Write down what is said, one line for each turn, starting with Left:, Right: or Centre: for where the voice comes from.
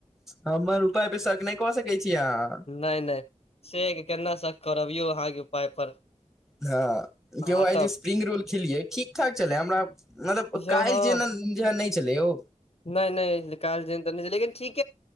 Centre: हमर उपाय बेसक नै क सकै छी अहाँ।
Left: नै नै सेग केना से करब यौ अहाँके पाय पर।
Centre: हँ
Left: हँ
Centre: केओ आइ
Left: तब
Centre: जे स्प्रिंग रोल खेलियै ठीक ठाक छलै हमरा मतलब
Left: यौ
Centre: काइल्ह
Left: हँ
Centre: जेनन। या नहि छलै यौ।
Left: नहि नहि काल जन त नहि लेकिन ठीक।